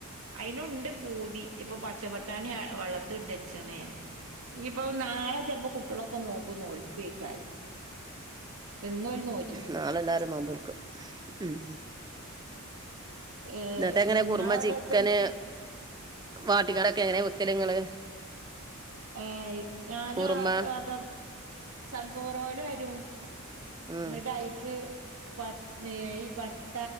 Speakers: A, on the right; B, on the right.
A: അയിനും ഉണ്ട് പൂതി ഇപ്പൊ പച്ചപ്പട്ടാണി ആ വെള്ളത്തില് ഇട്ട് വെച്ച്ണ് ഞാന് ഇഞ്ഞിപ്പൊ നാളെ ചെൽപ്പോ കുട്ട്യളൊക്കെ നോമ്പ് നോൽക്കൊയ്ക്കാരം ഇപ്പ ഇന്നോല് നോൽ
B: നാളെ എല്ലാരും നോമ്പെടുക്കും ഉം
A: ഏഹ്
B: എന്നിട്ട് എങ്ങനാ
A: ഇങ്ങളടത്തെ
B: കുറുമ ചിക്കന് വാട്ടിക്കാണ്ട് ഒക്കെ എങ്ങനെയാ വെക്കല് ഇങ്ങള്
A: ഏ ഞാൻ
B: കുറുമ
A: ആ അതാ സൺഫ്ലവർ ഓയിൽ വരും
B: ഉം
A: എന്നിട്ട് അയിക്ക് പട് ഈ പട്ട